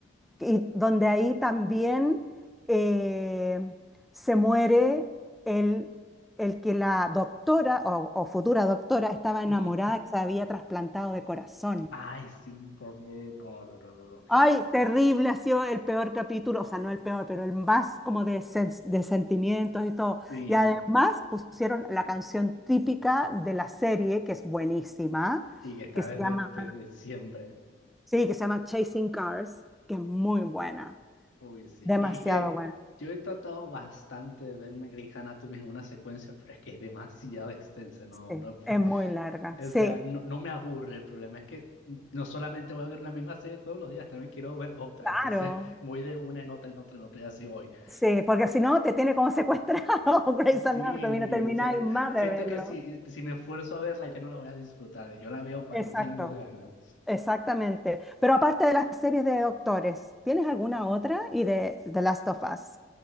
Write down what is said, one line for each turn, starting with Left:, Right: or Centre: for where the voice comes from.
Centre: y donde ahí también eh, se muere el, el que la doctora o, o futura doctora estaba
Left: ujú.
Centre: enamorada, que se había trasplantado de corazón.
Left: Ay, sí, también. No, no, no, no, no.
Centre: Ay, terrible ha sido el peor capítulo, o sea, no el peor, pero el más como de, sens- de sentimientos y todo.
Left: Sí,
Centre: Y además pusieron la canción típica de la serie, que es buenísima,
Left: sí, que está
Centre: que se
Left: desde,
Centre: llama,
Left: desde siempre.
Centre: sí, que se llama Chasing Cars, que es muy buena,
Left: Uy, sí.
Centre: demasiado
Left: Y es que
Centre: buena,
Left: yo he tratado bastante de verme Grey's Anatomy en una secuencia, pero es que es demasiado extensa. No,
Centre: sí,
Left: no.
Centre: es
Left: <laughs>
Centre: muy larga,
Left: O
Centre: sí,
Left: sea, no, no me aburre. El problema es que no solamente voy a ver la misma serie todos los días, también quiero ver otra.
Centre: claro,
Left: Entonces voy de una en otra, en otra, en otra, y así voy. <laughs>
Centre: sí, porque si no te tiene como secuestrado <laughs> Grey's Anatomy,
Left: Sí,
Centre: no termináis
Left: o sea,
Centre: más de
Left: siento
Centre: verlo.
Left: que si, si me esfuerzo a verla, ya no la voy a disfrutar. Yo la veo cuando
Centre: Exacto.
Left: tengo ganas.
Centre: Exactamente. Pero aparte de las series de doctores, ¿tienes alguna otra? Y de The Last of Us.